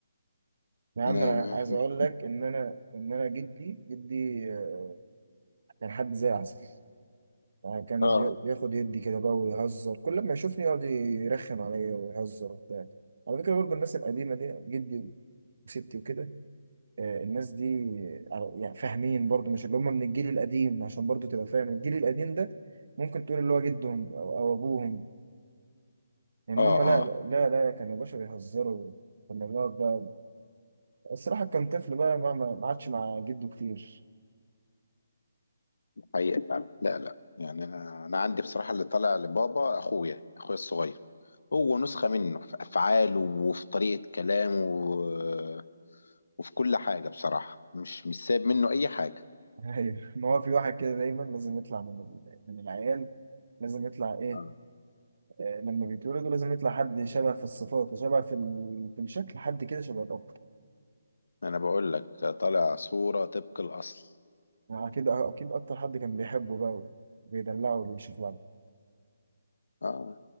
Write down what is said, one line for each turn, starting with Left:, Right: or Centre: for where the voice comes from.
Right: يا عم
Left: ما
Right: انا
Left: ما-
Right: عايز
Left: مش
Right: اقول لك ان انا ان انا جدي جدي آه، كان حد زي العسل يعني كان
Left: اه
Right: ي- ياخد يدي كده بقى ويهزر كل ما يشوفني يقعد يرخم عليا ويهزر وبتاع على فكره برضه الناس القديمه دي جدي وستي وكده آه، الناس دي على- يعني فاهمين برضو مش اللي هم من الجيل القديم عشان برضو تبقى فاهم الجيل القديم ده ممكن تقول اللي هو جدهم او أو ابوهم ان
Left: اه
Right: هم لا
Left: اه
Right: لا لا كانوا باشا بيهزروا كنا بنقعد بقى الصراحة كان طفل بقى ما ما ما عادش مع جده كتير
Left: حقيقة فعلا لا لا يعني انا انا عندي بصراحة اللي طالع لبابا اخويا اخويا الصغير هو نسخة منه في افعاله وفي طريقة كلامه و- وفي كل حاجة بصراحة مش مش سايب منه اي حاجة
Right: <laughs> ايوه ما هو في واحد كده دايما لازم يطلع من ال- من العيال لازم يطلع ايه
Left: آه.
Right: آه، لما بيتولدوا لازم يطلع حد شبه في الصفات وشبه في ال- في الشكل حد كده شبه الاب
Left: انا بقول لك طالع صورة طبق الاصل
Right: يعني اكيد اكيد اكتر حد كان بيحبه بقى وبيدلعه وبيشوف
Left: اه